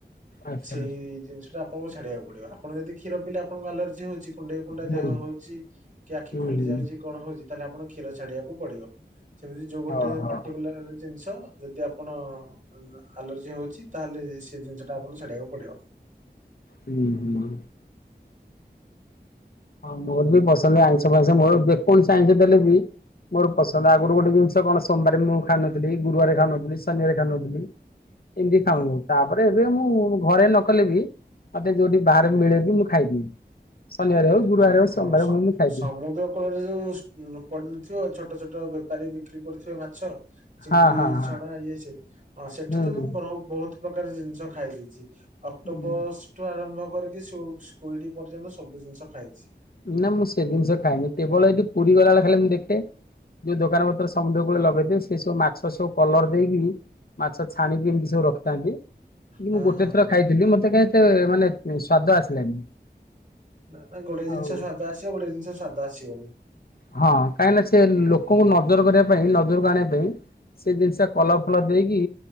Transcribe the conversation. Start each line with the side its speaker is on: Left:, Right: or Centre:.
Left: ଆଚ୍ଛା
Right: ସେଇ ଜିନିଷଟା ଆପଣଙ୍କୁ ଛାଡିବାକୁ ପଡିବ। ଆପଣ ଯଦି କ୍ଷୀର ପିଇଲେ ଆପଣଙ୍କୁ ଆଲର୍ଜି ହଉଚି କୁଣ୍ଡେଇ କୁଣ୍ଡା ଦେହ
Left: ହୁଁ
Right: ହଉଚି, କି ଆଖି
Left: ହୁଁ
Right: ଫୁଲି ଯାଉଚି କଣ ହଉଚି ତାହେଲେ ଆପଣଙ୍କୁ କ୍ଷୀର ଛାଡିଆକୁ ପଡିବ। ସେମିତି ଯୋଉ ଗୋଟେ
Left: ଓହୋ
Right: ପର୍ଟିକୁଲାର ଜିନଷ ଯଦି ଆପଣ ଆଳ ଆଲର୍ଜି ହଉଚି ତାହେଲେ ସେ ଜିନିଷ ଟା ଆପଣଙ୍କୁ ଛଡିବାକୁ ପଡିବ।
Left: ହୁଁ ହୁଁ। ହଁ ମୋର ବି ପସନ୍ଦ ଆଇଁଷଫାଇଁସ ମୋର ଯେକୌଣସି ଆଇଁଷ ଦେଲେ ବି ମୋର
Right: ହୁଁ
Left: ପସନ୍ଦ ଆଗରୁ ଗୋଟେ ଜିନିଷ କଣ ସୋମବାରେ ମୁଁ ଖାଉ ନଥିଲି ଗୁରୁବାରେ ଖାଉ ନଥିଲି ସନିବାରେ ଖାଉ ନଥିଲି। ଏନ୍ତି
Right: ହୁଁ
Left: ଖାଉନି ତାପରେ ଏବେ ମୁଁ ଘରେ ନ କଲେ ବି ମତେ ଯୋଉଠି ବାହାରେ ମିଳେ
Right: ହୁଁ।
Left: ବି ମୁଁ ଖାଇଦେବି ଶନିବାରେ ହଉ ଗୁରୁବାର
Right: ଶ
Left: ହଉ
Right: ହଁ
Left: ସୋମବାର
Right: ଶ୍
Left: ମୁଁ ମୁଁ ଖାଇଦିଏ
Right: ସମୁଦ୍ର କୂଳରେ ଯୋଉ ଶ୍ ପଡିନଥିବ ଛୋଟ ଛୋଟ ଟଅ ବେପାରୀ ବିକ୍ରି କରୁଥିବେ ମାଛ ଚିଙ୍ଗୁଡିଇ
Left: ହଁ ହଁ ହଁ
Right: ଛଣା ଇଏସିଏ ହିଁ ସେଠି
Left: ହୁଁ
Right: ତ ମୁଁ
Left: ହୁଁ।
Right: ବ୍ର ବହୁତ। ପ୍ରକାର ଜିନିଷ ଖାଇ ଦେଇଚି ଅକ୍ଟୋପସ୍
Left: ହୁଁ।
Right: ଠୁ ଆରମ୍ଭ କରିକି ସ୍କୁ ସ୍କୁଇଡି ପର୍ଯ୍ୟନ୍ତ ସବୁ ଜିନିଷ ଖାଇଚି।
Left: ନାଁ ମୁଁ ସେ ଜିନିଷ ଖାଏନି କେବଳ ଏଇଠି ପୁରୀ ଗଲାବେଳେ ଖାଲି ମୁଁ ଦେଖେ ଯୋଉ ଦୋକାନ ପତ୍ର ସମୁଦ୍ର କୂଳେ ଲଗେଇଥିଲେ ସେ ସବୁ ମାଛ ସବୁ କଲର ଦେଇକି ମାଛ ଛାଣିକି ଏମତି ସବୁ ରଖିଥାନ୍ତି। ମୁଁ
Right: ହଁ
Left: ଗୋଟେ
Right: ହଁ
Left: ଥର
Right: ହଁ
Left: ଖାଇଥିଲି ମତେ କାଇଁ ଏତେ ମାନେ ସ୍ଵାଦ ଆସିଲାନି।
Right: ନା ନା ଗୋଟେ ଜିନିଷ
Left: ଆଉ
Right: ସ୍ୱାଦ ଆସିବ ଗୋଟେ ଜିନିଷ ସ୍ୱାଦ ଆସିବନି।
Left: ହଁ କାହିଁକି ନା ସେ ଲୋକଙ୍କୁ ନଜର କରିବା ପାଇଁ ନଜରକୁ ଆଣିବା ପାଇଁ ସେ ଜିନିଷ ଟା କଲର ଫଲର ଦେଇକି